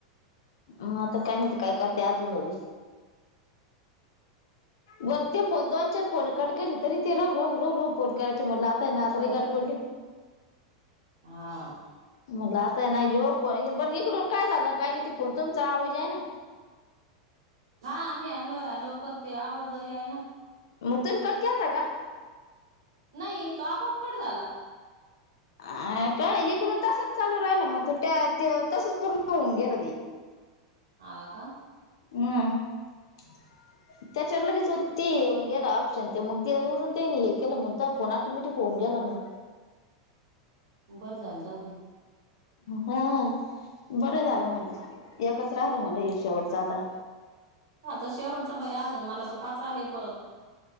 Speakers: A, on the left; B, on the right.
A: म आता काय माहिती काय करते आजुन बरं ते फोन दोन चार फोन कट केले तरी ते राहू राहू राहू राहू फोन करायचे म्हटलं आ ना आता
B: भाजी
A: लय गाठ
B: गरम
A: पडली
B: कर हा
A: म्हणलं आताय ना हा फो बर इकडून काय झालं आण काय नाय पण तुमचा आवाज यईना
B: हा मी हॅलो हॅलो करते आवाज यईना
A: म तुम्ही कट केलता का?
B: नाही तो आपोआप कट झाला.
A: अ काय इकडून तसच चालू राहिल मग तू त्या तसच पूर्ण होऊन गेलं ते
B: हा का
A: हम्म त्याच्यावर लगेच ते येऊन गेला ऑप्शन ते मग ते उग त्यांनी हे केलं म्हणून तोआ फोन ऑटोमॅटिक होऊन गेला म्हणे
B: बरं झालं जाऊदे
A: हा हा बरं झालं म्हणलं एकच राहिलं म्हटल शेवटच आता
B: आता शेवटचा बाई अजून मला तर पाच आले परत